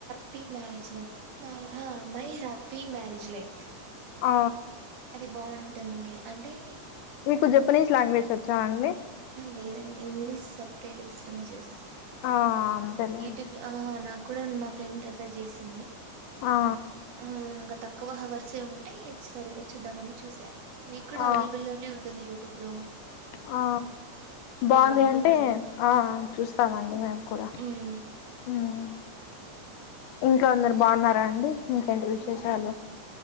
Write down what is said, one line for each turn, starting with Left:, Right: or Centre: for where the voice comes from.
Right: హ్యాపీ మ్యారేజ్ లైఫ్ మ మై హ్యాపీ మ్యారేజ్ జలైఫ్
Left: ఆ
Right: అది బాగుంటుంది అంటే
Left: మీకు జపనీస్ లాంగ్వేజ్ వాచ్ చ అండి
Right: లేదండి ఇంగ్లీష్ సబ్ టైటిల్స్ లోనే చూసా
Left: ఆ అంతేలేండి
Right: యూట్యూబ్ లో నా కూడా మా ఫ్రెండ్ రెఫర్ చేసింది
Left: ఆ
Right: ఆ అంగ తక్కువ హావర్ వచ్చే ఉంటే సరిలే చూద్దామని చూసా మీకు కూడా
Left: ఆ
Right: అవైలబుల్లో లోనే ఉంటుంది యా టుబ్లు
Left: ఆ బాగుంది
Right: బానే
Left: అంటే
Right: ఉంటుంది
Left: ఆ చూస్తామండి మేము కూడా
Right: ఉమ్
Left: మ్మ్ ఇంట్లో అందరు బాగున్నారా అండి ఇంకేంటి విశేషాలు
Right: మ్మ్